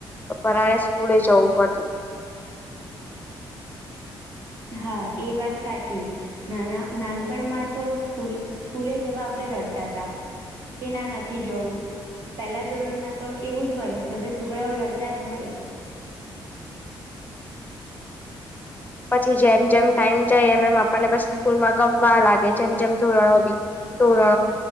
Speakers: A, on the left; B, on the right.
A: તો પરાણે સ્કૂલે જવું પડતું
B: હા એ વાત સાચી નાના નાનપણમાં તો સ્કૂલે જવા આપણે રડતા હતા કે ના નથી જવું પેલા ધોરણમાં તો એવું જ હોય બધા છોકરાઓ રડતા જ હોય
A: પછી જેમ જેમ ટાઈમ જાય એમ એમ આપણને પછી સ્કૂલમાં ગમવા લાગે જેમ જેમ ધોરણ હો તોરણો